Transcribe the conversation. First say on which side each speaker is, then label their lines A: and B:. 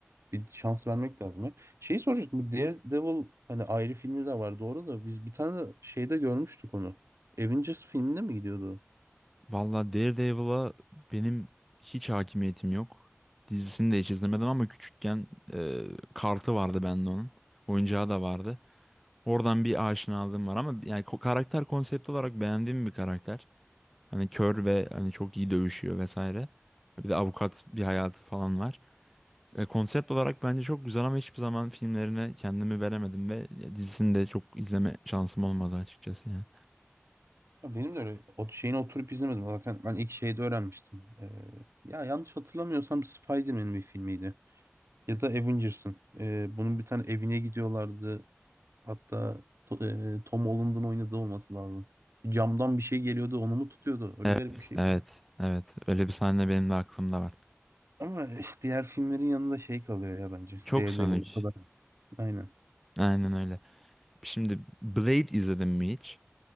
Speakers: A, on the right; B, in the centre.
A: Bir şans vermek lazım. ya. Şeyi soracaktım. Bu Daredevil hani ayrı filmi de var doğru da biz bir tane de şeyde görmüştük onu. Avengers filminde mi gidiyordu? o?
B: Valla Daredevil'a benim hiç hakimiyetim yok. Dizisini de hiç izlemedim ama küçükken e, kartı vardı bende onun. Oyuncağı da vardı. Oradan bir aşinalığım var ama yani ko- karakter konsept olarak beğendiğim bir karakter. Hani kör ve hani çok iyi dövüşüyor vesaire. Bir de avukat bir hayatı falan var. E, konsept olarak bence çok güzel ama hiçbir zaman filmlerine kendimi veremedim ve dizisini de çok izleme şansım olmadı açıkçası yani.
A: Ya benim de öyle o şeyini oturup izlemedim. Zaten ben ilk şeyde öğrenmiştim. Ee, ya yanlış hatırlamıyorsam Spider-Man'in bir filmiydi. Ya da Avengers'ın. Ee, bunun bir tane evine gidiyorlardı. Hatta to- e, Tom Holland'ın oynadığı olması lazım. Camdan bir şey geliyordu onu mu tutuyordu? Öyle
B: Evet,
A: garip bir şey.
B: evet, evet. Öyle bir sahne benim de aklımda var.
A: Ama işte diğer filmlerin yanında şey kalıyor ya bence.
B: Çok
A: Daredevil
B: Sonic.
A: o kadar. Aynen.
B: Aynen öyle. Şimdi Blade izledin mi hiç?